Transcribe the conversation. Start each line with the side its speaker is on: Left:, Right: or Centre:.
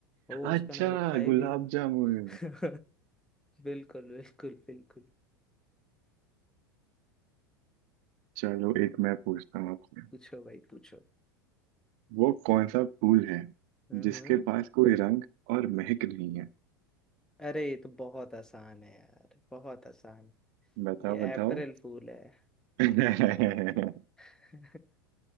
Centre: हो उसका
Right: अच्छा
Centre: नाम मिठाई
Right: गुलाब
Centre: भी हो
Right: जामुन
Centre: <laughs> बिल्कुल बिल्कुल बिल्कुल
Right: चलो एक मैं पूछता हूँ आपसे
Centre: पूछो भाई पूछो
Right: वो कौन सा फूल है
Centre: हम्म
Right: जिसके पास कोई रंग और महक नहीं है
Centre: अरे ये तो बहुत आसान है यार बहुत आसान
Right: बताओ
Centre: ये
Right: बताओ
Centre: अप्रैल फूल है
Right: <laughs>
Centre: <laughs>